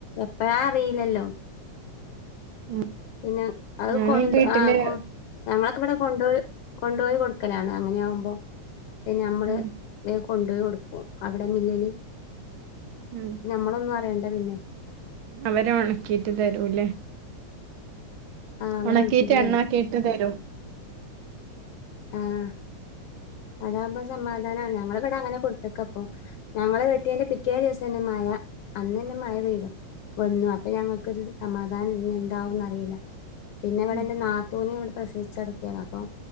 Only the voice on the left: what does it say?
എപ്പഴാ അറിയില്ലല്ലോ
പിന്നെ അത്
കൊണ്ട്
ആഹ് കൊ ഞങ്ങളൊക്കെ ഇവടെ കൊണ്ടോയി കൊണ്ടോയി കൊടുക്കലാണ് അങ്ങനെ ആകുമ്പോ പിന്നെ നമ്മള്
വേ കൊണ്ടേ കൊടുക്കും അവിടെ മില്ലില്
ഞമ്മളൊന്നു അറിയണ്ട പിന്നെ
ആഹ് അവര്
ഒണക്കിയിട്ട്
തരും
ആഹ് അതാകുമ്പോ സമാധാനാണ് ഞങ്ങളവടെ അങ്ങനെ കൊട്ത്ത്ക്ക പ്പൊ ഞങ്ങള് വെട്ടിയേന്റെ പിറ്റേ ദിവസന്നെമഴ അന്നന്നെ മഴ പെയ്തു വന്നു അപ്പൊ ഞങ്ങക്കൊരു സമാധാനം ഇഞ്ഞി എന്താവും ന്നറീല പിന്നെ ഇവടെ
എന്റെ നാത്തൂന് ഇവടെ പ്രസവിച്ചടക്കെണ് അപ്പൊ